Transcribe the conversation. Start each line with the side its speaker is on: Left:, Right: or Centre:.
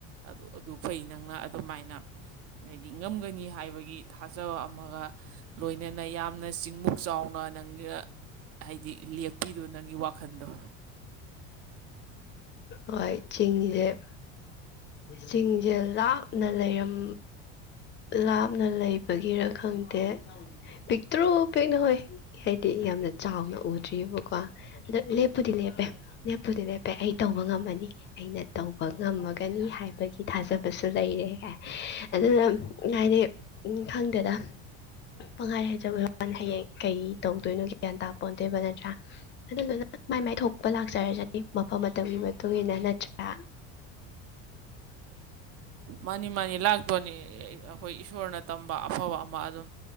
Right: ꯑꯗꯨ ꯑꯗꯨ ꯐꯩ ꯅꯪꯅ ꯑꯗꯨꯃꯥꯏꯅ ꯍꯥꯏꯗꯤ ꯉꯝꯒꯅꯤ ꯍꯥꯏꯕꯒꯤ ꯊꯥꯖꯕ ꯑꯃꯒ ꯂꯣꯏꯅꯅ ꯌꯥꯝꯅ ꯆꯤꯡꯃꯨꯛ ꯆꯥꯎꯅ ꯅꯪꯅ ꯍꯥꯏꯗꯤ ꯂꯦꯞ ꯄꯤꯗꯨ ꯅꯪꯒꯤ ꯋꯥꯈꯟꯗꯣ
Left: ꯍꯣꯏ ꯆꯤꯡ ꯂꯦꯄ ꯁꯤꯡꯖꯦꯜ ꯂꯥꯞꯅ ꯂꯩꯔꯝ ꯂꯥꯞꯅ ꯂꯩꯕꯒꯤꯔ ꯈꯪꯗꯦ ꯄꯤꯛꯇ꯭ꯔꯣ ꯄꯤꯛꯅ ꯎꯏ ꯍꯥꯏꯗꯤ ꯌꯥꯝꯅ ꯆꯥꯎꯅ ꯎꯗ꯭ꯔꯤꯑꯕꯀꯣ ꯑꯗ ꯂꯦꯞꯄꯨꯗꯤ ꯂꯦꯞꯄꯦ ꯂꯦꯞꯄꯨꯗꯤ ꯂꯦꯞꯄꯦ ꯑꯩ ꯇꯧꯕ ꯉꯝꯃꯅꯤ ꯑꯩꯅ ꯇꯧꯕ ꯉꯝꯃꯒꯅꯤ ꯍꯥꯏꯕꯒꯤ ꯊꯥꯖꯕꯁꯨ ꯂꯩꯔꯦ ꯍꯥꯏ ꯑꯗꯨꯅ ꯍꯥꯏꯗꯤ ꯎꯝ ꯈꯪꯗꯦꯗ ꯄꯪꯈꯥꯏ ꯍꯥꯏꯖꯕ ꯍꯌꯦꯡ ꯀꯩ ꯇꯧꯗꯣꯏꯅꯣ ꯒ꯭ꯌꯥꯟ ꯇꯥꯄ ꯑꯣꯣꯟꯗꯣꯏꯕ ꯅꯠꯇ꯭ꯔꯥ ꯑꯗꯨꯗꯨꯅ ꯃꯥꯏ ꯃꯥꯏ ꯊꯣꯛꯄ ꯂꯥꯛꯆꯔꯁꯅꯤ ꯃꯐꯝ ꯃꯇꯝꯒꯤ ꯃꯇꯨꯡ ꯏꯟꯅ ꯅꯠꯇ꯭ꯔꯥ
Right: ꯃꯥꯅꯤ ꯃꯥꯅꯤ ꯂꯥꯛꯇꯣꯅꯤ ꯑꯩꯈꯣꯏ ꯏꯁꯣꯔꯅ ꯇꯝꯕ ꯑꯐꯕ ꯑꯃ ꯑꯗꯨꯝ